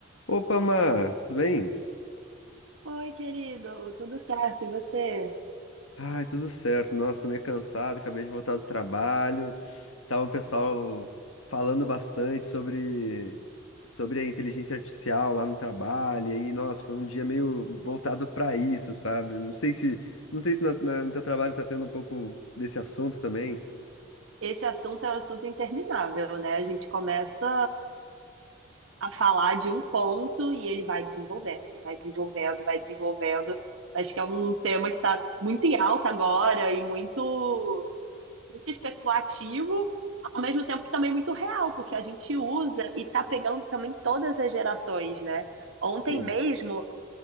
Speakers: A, on the left; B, on the right.
A: Opa, Mar, tudo bem?
B: Oi, querido, tudo certo? E você?
A: Ai, tudo certo. Nossa, tô meio cansado, acabei de voltar do trabalho. Tava o pessoal falando bastante sobre, sobre a inteligência artificial lá no trabalho. E aí, nossa, foi um dia meio voltado pra isso, sabe? Não sei se, não sei se na- na- no teu trabalho tá tendo um pouco desse assunto também.
B: Esse assunto é um assunto interminável, né? A gente começa a falar de um ponto e ele vai desenvolvendo, vai desenvolvendo, vai desenvolvendo. Acho que é um tema que está muito em alta agora e muito, muito especulativo, ao mesmo tempo que também muito real, porque a gente usa e está pegando também todas as gerações, né? Ontem
A: Sim.
B: mesmo